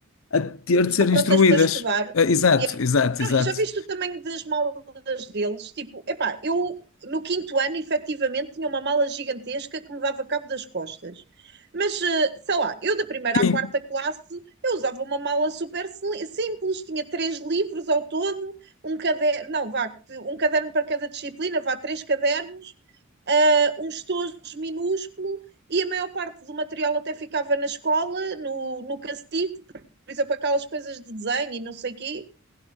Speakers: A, on the left; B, on the right.
A: a ter de
B: já
A: ser
B: prontas
A: instruídas.
B: para estudar.
A: Ah, exato,
B: E é-
A: exato,
B: Não,
A: exato.
B: já viste o tamanho das malas deles? Tipo, epá, eu no quinto ano, efetivamente, tinha uma mala gigantesca que me dava cabo das costas. Mas, eh, sei lá, eu da primeira
A: Sim,
B: à quarta classe, eu usava uma mala super sli- simples, tinha três livros ao todo, um caderno, não, vá, te- um caderno para cada disciplina, vá, três cadernos, ah, um estojo minúsculo, e a maior parte do material até ficava na escola, no, no cacifo, por exemplo, aquelas coisas de desenho e não sei o quê,